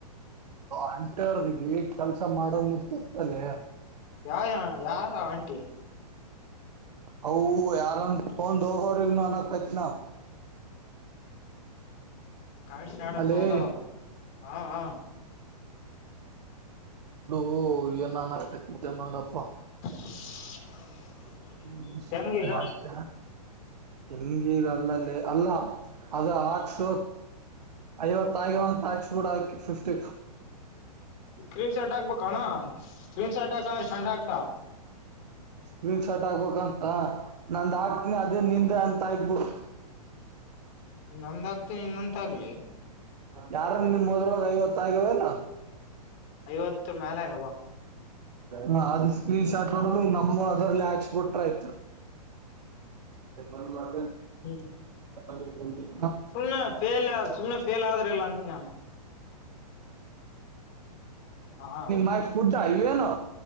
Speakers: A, on the right; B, on the left.
A: ಅಂಟರ್ದಿಗೆ ಕೆಲ್ಸ ಮಾಡದ ಗರ್ತಲ್ಲ
B: ಯ ಯಾರು ಆಂಟಿ
A: ಹ ಯಾರನ್ ೋಂದ್ ಹೋಗವ್ರಗ್ನು ಅನ ಕತ್ನಾ
B: ಕಳ ಶಡ
A: ಅಲ್ಲೇ
B: ತಗೊಂಡಾರ ಹಾ ಹಾ
A: ಓ ಏನಾನ ಕತಿದ್ದ ನೋಡಪ್ಪ
B: <unintelligible>
A: ಹ್ಮ
B: ಹೆಂಗ ಈಗ
A: ಮಾಡತ ಹಂಗೀಗ ಅಲ್ಲಲ್ಲಿ ಅಲ್ಲ ಅದು ಆರ್ಸ ಐವತ್ತ ಆಗ ಆಕ್ಸ್ಫೋರ್ಡ್ ಆ ಿಫ್ಟಿ
B: ಕ್ರೀನ್ ಶರ್ಟ್ ಹಾಕ್ಬೇಕ ಅಣ ಕ್ರೀನ್ ಶರ್ಟ್ ಹಾಕಂದ್ರೆ ಂಡ ಆಗ್ತಾ
A: ಸ್ಕ್ರೀನ್ ಶಾಟ್ ಆಗ್ಬೇಕಂತ ನಂದ ಆಗ್ತನಿ ಅದೇ ನಿಂದ ಅಂತ ಆಯಕ್ಬಿಡ್
B: ನಂದ ಆಗ್ತ ಇನ್ನಂತ ಆಗ್ಲಿ
A: ಯಾರ ನಿ ನಿಮ ಮೊದ್ರವಾಗ ಐವತ್ತ ಆಗ್ಯವ ಅಲ್ಲ
B: ಐವತ್ತು ನಾಲಯವ
A: ಹ ಅದು ಸ್ಕ್ರೀನ್ ಶಾಟ್ ನೋಡ ನಮ್ಮ ಅದ್ರ ಬಿಟ್ರ ಆಯ್ತು ಅ
B: ಹ್ಮ್
A: ಹಗೆ
B: ಸುಮ್ನೆ ಫೇಲ್ ಸುಮ್ಮನೆ ಫೇಲ್ ಆದ್ರಲ್ಲ ಅಂತ ನು ಹಾ
A: ಮಾೈಕ್ ಪುಡ್ತ ಆನು